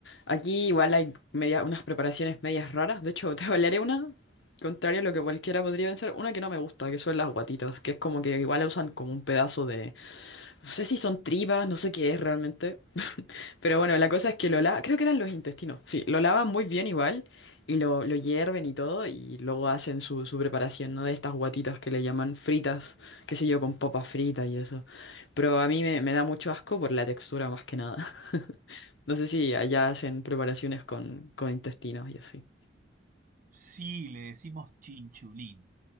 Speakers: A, on the left; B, on the right.
A: Aquí igual hay media- unas preparaciones medias raras. De hecho, <laughs> te hablaré una, contrario a lo que cualquiera podría pensar, una que no me gusta, que son las guatitas, que es como que igual la usan como un pedazo de... No sé si son tripas, no sé qué es realmente. <laughs> Pero bueno, la cosa es que lo lavan, creo que eran los intestinos, sí, lo lavan muy bien igual y lo, lo hierven y todo y luego hacen su, su preparación, ¿no? De estas guatitas que le llaman fritas, qué sé yo, con papas fritas y eso. Pero a mí me, me da mucho asco por la textura más que nada. No sé si allá hacen preparaciones con, con intestinos y así.
B: Sí, le decimos chinchulín.